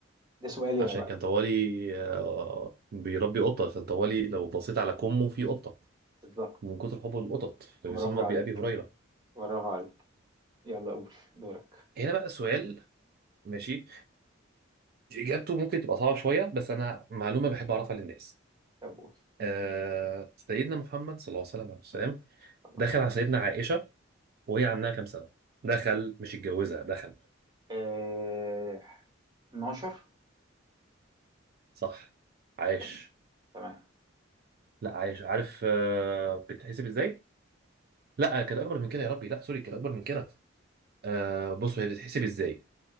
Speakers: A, on the right (about 20°); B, on the right (about 50°).
A: ده سؤالي
B: عشان
A: أنا بقى
B: كان طوالي آه، بيربي قطه كان طوالي لو بصيت على كمه في قطه
A: بالظبط
B: من كتر حبه للقطط فبيسمى
A: برافو عليك
B: بأبي هريره
A: برافو عليك يلا قول دورك
B: هنا بقى سؤال ماشي اجابته ممكن تبقى صعبه شويه بس انا معلومه بحب اعرفها للناس
A: طب قول
B: آه سيدنا محمد صلى الله عليه وسلم عليه وسلم
A: صلى
B: دخل
A: الله عليه
B: على سيدنا
A: وسلم
B: عائشة وهي عندها كام سنة دخل مش اتجوزها دخل
A: آه... 12
B: صح عايش
A: تمام تمام
B: لا عايش عارف آه بتتحسب ازاي لا كانت اكبر من كده يا ربي لا سوري كانت اكبر من كده آه بصوا هي بتتحسب ازاي